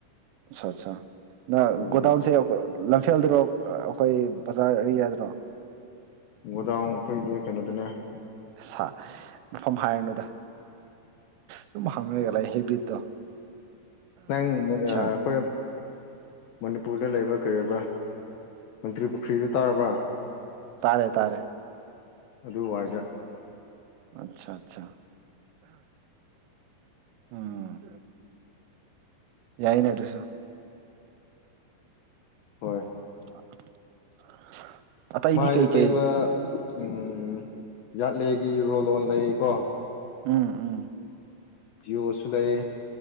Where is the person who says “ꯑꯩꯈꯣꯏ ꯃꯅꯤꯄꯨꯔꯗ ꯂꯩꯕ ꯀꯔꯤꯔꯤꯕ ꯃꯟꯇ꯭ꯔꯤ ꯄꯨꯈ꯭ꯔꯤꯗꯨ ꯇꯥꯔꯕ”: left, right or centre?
Left